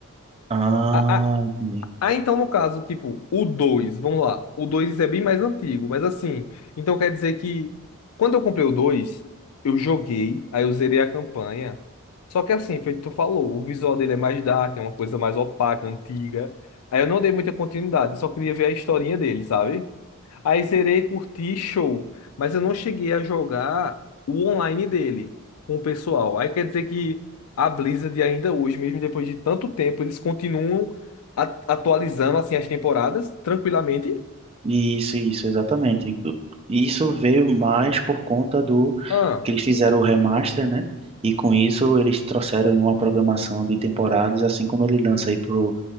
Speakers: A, on the right (about 25°); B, on the left (about 80°).
A: ah,
B: a a
A: entendi.
B: ah, então no caso, tipo, o dois vamos lá. O 2 é bem mais antigo, mas assim, então quer dizer que quando eu comprei o dois eu joguei, aí eu zerei a campanha. Só que assim, feito tu falou, o visual dele é mais dark, é uma coisa mais opaca, antiga. Aí eu não dei muita continuidade, eu só queria ver a historinha dele, sabe? Aí zerei, curti, show. Mas eu não cheguei a jogar o online dele com o pessoal. Aí quer dizer que a Blizzard ainda hoje, mesmo depois de tanto tempo, eles continuam a- atualizando assim as temporadas tranquilamente.
A: Isso, isso, exatamente. Isso veio mais por conta do
B: Ah,
A: que eles fizeram o remaster, né? E com isso eles trouxeram em uma programação de temporadas, assim como ele lança aí pro,